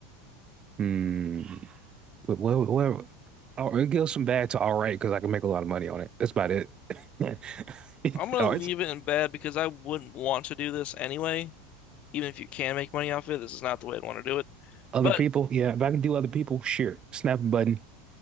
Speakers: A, on the right; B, on the left.
A: hmm. What? What? what- oh, it goes from bad to all right because I can make a lot of money on it. That's about it. <laughs> It's,
B: I'm gonna
A: oh,
B: leave
A: it's
B: it in bad because I wouldn't want to do this anyway. even if you can make money off it, this is not the way I'd want to do it.
A: Other
B: But
A: people, yeah. If I can do other people, sure. Snap a button,